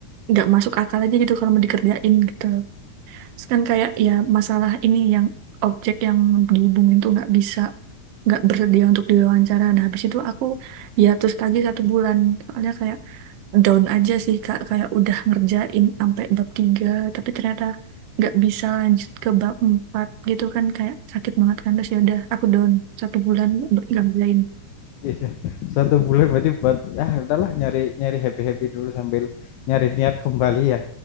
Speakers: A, on the right; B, on the left.
A: nggak masuk akal aja gitu kalau mau dikerjain gitu loh Terus kan kayak ya masalah ini yang objek yang dihubungin tuh nggak bisa nggak bersedia untuk diwawancara nah habis itu aku hiatus lagi satu bulan soalnya kayak down aja sih kak kayak udah ngerjain sampai bab tiga tapi ternyata nggak bisa lanjut ke bab empat gitu kan kayak sakit banget kan terus ya udah aku down satu bulan nggak ngerjain
B: Bisa. Satu bulan berarti buat ya udahlah nyari nyari happy happy dulu sambil nyari niat kembali ya.